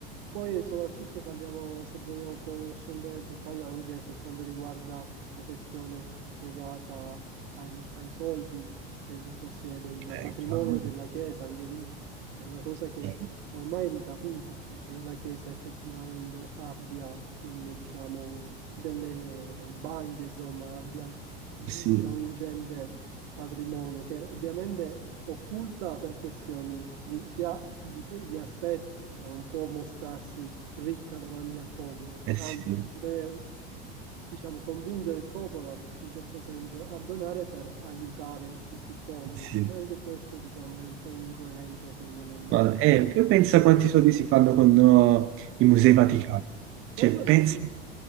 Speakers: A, on the right (about 70°); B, on the right (about 40°).
A: Poi soprattutto parliamo, se vogliamo, un po' scendere nel dettaglio anche per quanto riguarda la questione legata ai, ai soldi che, che possiede, diciamo,
B: Eh,
A: il patrimonio
B: chiaro.
A: della Chiesa, anche lì è una cosa che
B: Eh,
A: ormai è risaputa, cioè che la Chiesa effettivamente abbia un, diciamo, delle banche, insomma, abbia, diciamo,
B: eh sì,
A: ingente patrimonio che ovviamente occulta per questioni di, sia di, di aspetto, perché non può mostrarsi ricca davanti al popolo,
B: eh
A: anzi
B: sì, eh
A: deve, diciamo, convincere il popolo a- in certo senso a donare per aiutare i più poveri.
B: sì.
A: E anche questa, diciamo, è un po' un'incoerenza che non ho mai
B: Ma eh, più pensa
A: riuscito
B: quanti
A: a
B: soldi si fanno con no, i musei
A: le doti.
B: vaticani.
A: Quello
B: Cioè, pensa,
A: sì, no,